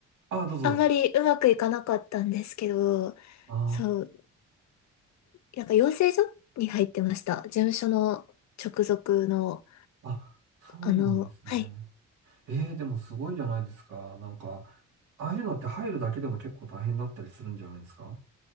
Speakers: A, on the right; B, on the left.
A: あ、どうぞどうぞ。
B: あんまりうまくいかなかったんですけど、
A: あ
B: そう、なんか養成所に入ってました。事務所の直属の、
A: あ、あ、そうなんですね。
B: あの、はい。
A: ええー、でもすごいじゃないですか。なんか、ああいうのって入るだけでも結構大変だったりするんじゃないですか